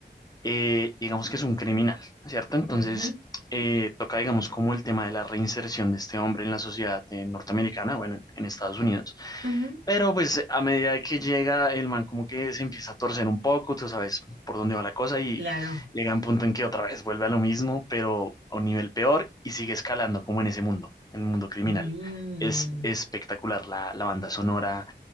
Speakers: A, on the left (about 20°); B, on the right (about 80°).
A: eh, digamos que es un criminal, ¿cierto? Entonces,
B: ujú,
A: eh, toca, digamos, como el tema de la reinserción de este hombre en la sociedad eh, norteamericana, bueno, en, en Estados Unidos.
B: ujú.
A: Pero pues a medida de que llega, el man como que se empieza a torcer un poco, tú sabes por dónde va la cosa y
B: Claro.
A: llega a un punto en que otra vez vuelve a lo mismo, pero a un nivel peor y sigue escalando como en ese mundo, en el mundo criminal.
B: Mm.
A: Es espectacular la, la banda sonora,